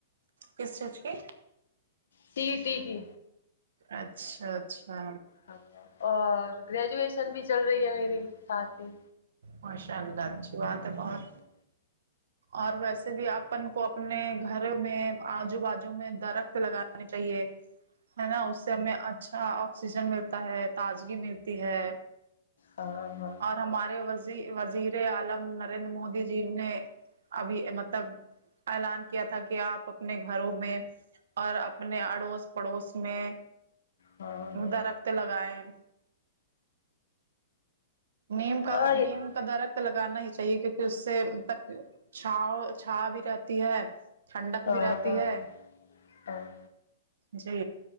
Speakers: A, on the right; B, on the left.
A: کس چیز کی
B: سی ای ٹی کی
A: اچھا اچھا
B: ہاں اور گریجویشن بھی چل رہی ہے میری سات ہی
A: ماشاء اللہ اچھی بات ہے بہت
B: ہوں
A: اور ویسے بھی اپن کو اپنے گھر میں آجو باجو میں درخت لگانے چاہیے ہے نا اس سے ہمیں اچھا آکسیجن ملتا ہے تازگی ملتی ہے
B: ہاں ہاں
A: اور ہمارے وزیر عالم نریندر مودی جی نے ابھی مطلب اعلان کیا تھا کہ آپ اپنے گھروں میں اور اپنے اڑوس پڑوس میں
B: ہاں ہاں
A: درخت لگائے نیم کا
B: ہاں یہ-
A: نیم درخت تو لگانا ہی چاہیے کیونکہ اس سے مطلب چھاو چھایا بھی رہتی ہے ٹھنڈک
B: ہ
A: بھی رہتی
B: ہاں
A: ہے
B: ہاں
A: جی